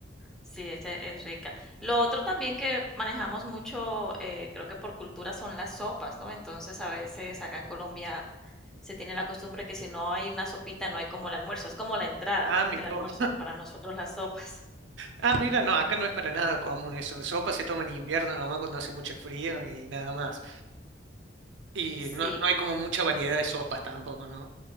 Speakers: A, in the centre; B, on the right (about 80°).
A: Sí, ese es rica. Lo otro también que manejamos mucho, eh, creo que por cultura, son las sopas, ¿no? Entonces, a veces acá en Colombia se tiene la costumbre que si no hay una sopita, no hay como el almuerzo. Es como la entrada
B: Ah, mi
A: del
B: to-
A: almuerzo para nosotros las sopas.
B: ah, mira, no, acá no es para nada común eso. Sopa se toma en invierno, nomás cuando hace mucho frío y nada más. Y
A: Sí,
B: no, no hay como mucha variedad de sopas tampoco, ¿no?